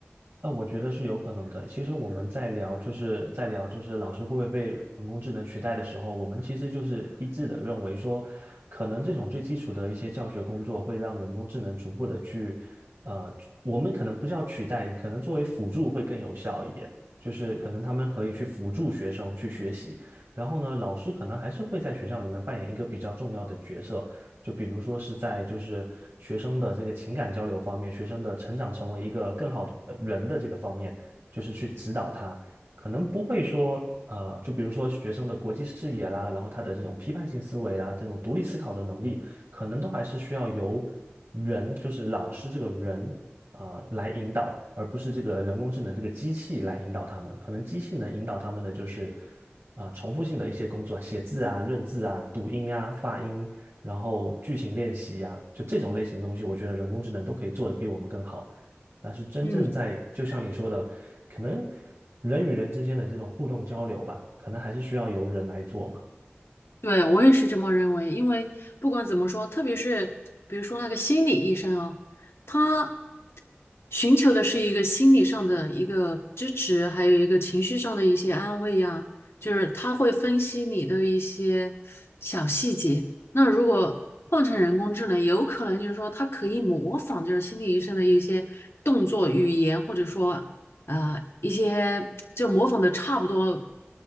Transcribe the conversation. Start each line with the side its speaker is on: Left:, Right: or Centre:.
Right: 那我觉得是有可能的。其实我们在聊，就是在聊，就是老师会不会被人工智能取代的时候，我们其实就是一致的认为说，可能这种最基础的一些教学工作会让人工智能逐步的去，呃，我们可能不叫取代，可能作为辅助会更有效一点。就是可能他们可以去辅助学生去学习，然后呢，老师可能还是会在学校里面扮演一个比较重要的角色，就比如说是在就是学生的这个情感交流方面，学生的成长成为一个更好的人的这个方面，就是去指导他，可能不会说呃，
Left: 嗯
Right: 就比如说学生的国际视野啦，然后他的这种批判性思维啦，这种独立思考的能力，可能都还是需要由人，就是老师这个人啊，呃来引导，而不是这个人工智能这个机器来引导他们。可能机器能引导他们的就是啊、呃重复性的一些工作，写字啊、认字啊、读音啊、发音然后剧情练习呀，就这种类型的东西，我觉得人工智能都可以做得比我们更好。但是真正在，
Left: 嗯，
Right: 就像你说的，可能人与人之间的这种互动交流吧，可能还是需要由人来做嘛。
Left: 对，我也是这么认为，因为不管怎么说，特别是比如说那个心理医生啊，他寻求的是一个心理上的一个支持，还有一个情绪上的一些安慰呀，就是他会分析你的一些小细节。那如果换成人工智能，有可能就是说它可以模仿，就是心理医生的一些动作、语言，或者说呃一些就模仿的差不多